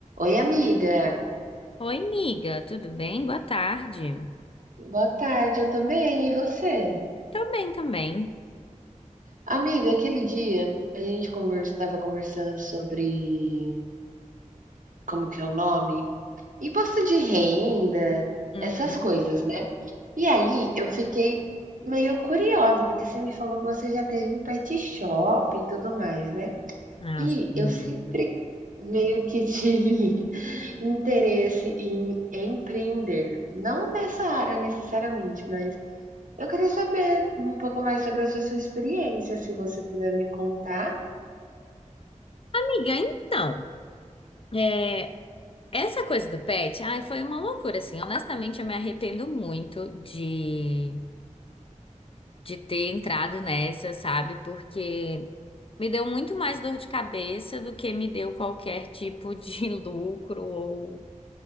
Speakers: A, on the right; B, on the left.
A: Oi, amiga.
B: Oi, amiga, tudo bem? Boa tarde.
A: Boa tarde, eu tô bem, e você?
B: Tô bem também.
A: Amiga, aquele dia a gente estava conversando sobre como que é o nome? Imposto de renda,
B: Uhum.
A: essas coisas, né? E aí eu fiquei meio curiosa, porque você me falou que você já teve um pet shop e tudo mais, né?
B: Ah,
A: E
B: sim,
A: eu sempre
B: amiga.
A: meio que tive <laughs> interesse em empreender. Não nessa área necessariamente, mas Eu queria saber um pouco mais sobre essa sua experiência, se você puder me contar.
B: Amiga, então, é, essa coisa do pet, ai, foi uma loucura, assim. Honestamente, eu me arrependo muito de, de ter entrado nessa, sabe? Porque me deu muito mais dor de cabeça do que me deu qualquer tipo de <laughs> lucro ou,